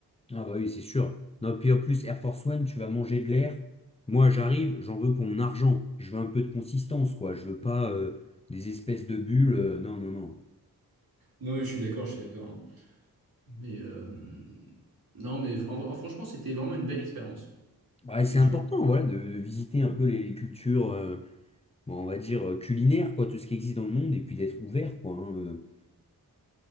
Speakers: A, on the left; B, on the right.
A: Ah bah oui, c'est sûr. Non, puis en plus, Air Force One, tu vas manger de l'air. Moi, j'arrive, j'en veux pour mon argent. Je veux un peu de consistance, quoi. Je veux pas euh, des espèces de bulles. euh, non, non, non.
B: Non, ouais, je suis d'accord, je suis d'accord. hein. Mais euh, non, mais en- en- franchement, c'était vraiment une belle expérience.
A: Ouais, c'est
B: Culture.
A: important, voilà, de visiter un peu les, les cultures, euh, bon, on va dire, euh, culinaires, quoi, tout ce qui existe dans le monde, et puis d'être ouvert, quoi. hein, euh.